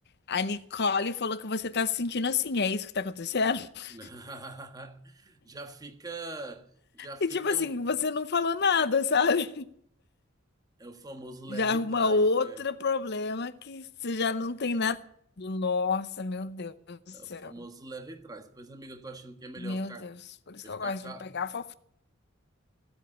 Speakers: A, on the left; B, on the right.
A: a Nicole falou que você tá se sentindo assim, é isso que tá acontecendo? <laughs>
B: <laughs> Já fica, já ficam,
A: E tipo assim, você não falou nada, sabe?
B: é o famoso leva
A: já arruma
B: e traz,
A: outro
B: né?
A: problema que você já não tem nada. Nossa, meu Deus do céu.
B: É o famoso leva e traz. Pois, amigo, eu tô achando que é melhor
A: Meu
B: eu ficar,
A: Deus. Por isso
B: eu
A: que
B: ficar
A: eu gosto
B: ca-
A: de pegar fofoca.